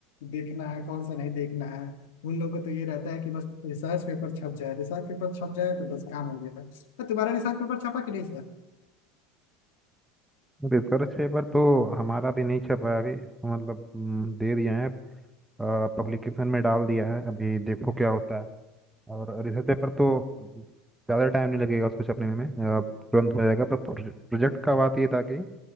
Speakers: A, on the left (about 85°); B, in the centre.
A: देखना है कौन सा नहीं देखना है उन लोगों को तो ये रहता है कि बस रिसर्च पेपर छप जाए रिसर्च पेपर छप जाए तो बस काम हो गया और तुम्हारा रिसर्च पेपर छपा कि नहीं सर
B: रिसर्च पेपर तो हमारा भी नहीं छप रहा है अभी तो मतलब हम्म, दे दिया है पब्लिकेशन में डाल दिया है अभी देखो क्या होता है और रिसर्च पेपर तो ज़्यादा टाइम नहीं लगेगा उसको छपने में अ, तुरंत हो जाएगा पर प्रोजेक्ट का बात ये था कि